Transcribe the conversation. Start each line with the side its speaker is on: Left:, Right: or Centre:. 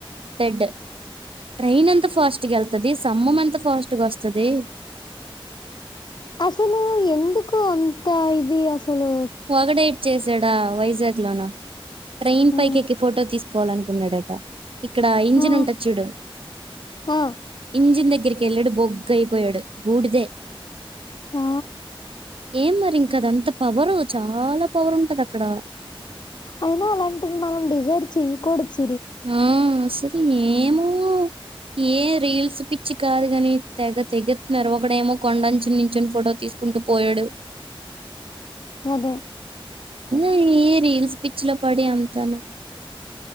Right: డ్ ట్రైన్ అంత ఫాస్ట్ గెల్ ది సమ్మం ఎంత ఫాస్ట్గా వస్తుది
Left: అసలు ఎందుకు అంత ఇది అసలు
Right: పొగడేట్ చేసాడా వైజాగ్ లోన ట్రైన్
Left: ఆ,
Right: పై ఎక్కి ఫోటో తీస్తా కోవాలనుకున్నాడట ఇక్కడ ఇంజిన్
Left: ఆ,
Right: ఉంటది చూడు
Left: ఆ,
Right: ఇంజిన్ దగ్గ దగ్గరికిళ్ళడు బొగ్గయ్ పోయాడు బూడిదే
Left: ఆ
Right: ఏం మరి ఇంకా అద అంత పవర్ చాలా పవర్ ఉంటది అక్కడ
Left: అయినా అలాంటివి మనం డిజర్వ్ చెయకూడచ్చు
Right: ఆ సరే ఏము మొ ఏ రీల్స్ పిచ్చి కాదు గాని తెగ తెగిత్తున్నారు ఒకడేమో కొండంచుని నించుని ఫోటో తీసుకుంటూ పోయాడు
Left: అదే
Right: ఏ ఇ రియల్స్ పిచ్ లో పడి అంతాను